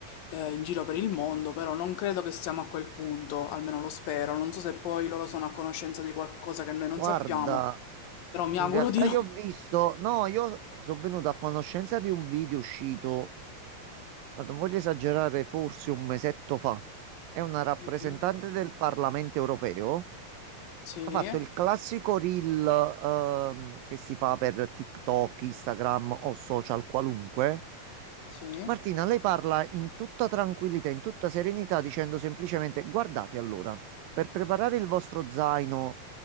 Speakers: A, on the left; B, on the right.
A: eh, in giro per il mondo, però non credo che siamo a quel punto, almeno lo spero. Non so se poi loro sono a conoscenza di qualcosa che noi non
B: Guarda,
A: sappiamo, però mi
B: in
A: auguro
B: realtà
A: di no.
B: io ho visto, no, io sono venuto a conoscenza di un video uscito. Ma non voglio esagerare, forse un mesetto fa, è una rappresentante
A: <laughs>
B: del Parlamento europeo.
A: Sì,
B: Ha fatto il classico reel ehm, che si fa per TikTok, Instagram o social qualunque.
A: sì,
B: Martina, lei parla in tutta tranquillità, in tutta serenità, dicendo semplicemente: Guardate allora, per preparare il vostro zaino